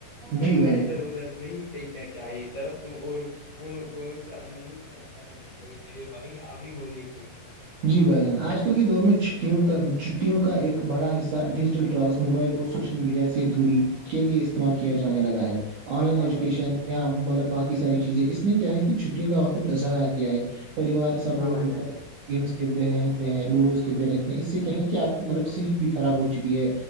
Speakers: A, on the left (about 45°); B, on the right (about 60°).
A: کچرا
B: جی بھائی جان
A: ادھر ادھر نہیں پیک چاہیے درخت اور فولوں کو نقصان نہیں پہنچانا بائی میرے بھائی ابھی وہلیے کچھ
B: جی بھائی جان آج کل کے دور میں چھٹیوں کا چھٹیوں کا ایک بڑا حصہ ڈیجیٹل ڈراگس موبائل اور سوشل میڈیا سے دوری کے لئے استعمال کیا جانے لگا ہے آن لائن
A: ہاں
B: ایجوکیشن
A: بھائی جان
B: یا مطلب باقی ساری چیزیں اس نے کیا ہے کہ چھٹیوں کا وقت اضاع کیا ہے پریوار سب
A: ہاں
B: لوگ
A: بھائی
B: مل
A: جان
B: کر گیمس کھیلتے رہتے ہیں لوڈوز کھیلتے رہتے ہیں اس سے کیا ہے کہ آپ کی مطلب صحت بھی خراب ہو چکی ہے